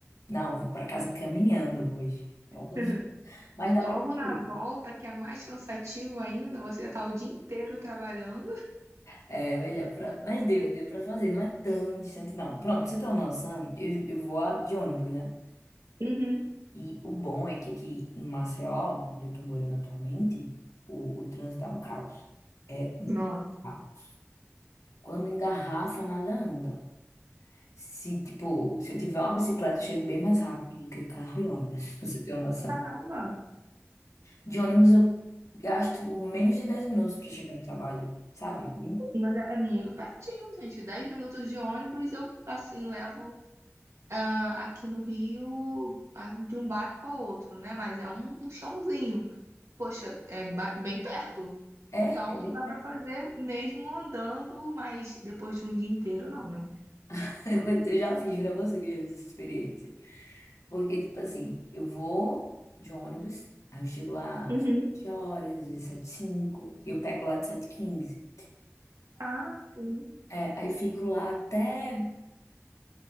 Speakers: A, on the left (about 85°); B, on the right (about 70°).
A: Não, vou para casa caminhando hoje. Eu-
B: <laughs>
A: Mas dá
B: Logo
A: para
B: na
A: fazer.
B: volta, que é mais cansativo ainda, você já tá o dia inteiro trabalhando.
A: É, mas, dá pra- mas deu, deu para fazer, não é tão distante, não. Pronto, pra você ter uma noção, eu, eu vou de ônibus, né?
B: Uhum.
A: E o bom é que aqui em Maceió, onde eu tô morando atualmente, o, o trânsito é um caos. É
B: Nossa,
A: caos. Quando engarrafa, nada anda. Se, tipo, se eu tiver uma bicicleta, eu chego bem mais rápido do que carro e ônibus, <laughs> pra você ter uma noção.
B: caramba.
A: De ônibus, eu gasto menos de 10 minutos pra chegar no trabalho, sabe? É, bem-
B: Mas é é muito pertinho, gente. Dez minutos de ônibus eu, assim, levo ah, aqui no Rio ah, de um bairro a outro, né? Mas é um, um chãozinho. Poxa, é ba- bem perto.
A: é
B: Então
A: é bem
B: dá pra fazer mesmo andando, mas depois de um dia inteiro, não, né?
A: <laughs> Eu eu já fiz pra você que eu já fiz essa experiência. Porque, tipo assim, eu vou de ônibus, aí eu chego lá
B: Uhum.
A: às 7 horas, às vezes 7 5, e eu pego lá de 7 15.
B: Ah, sim,
A: É, aí fico lá até.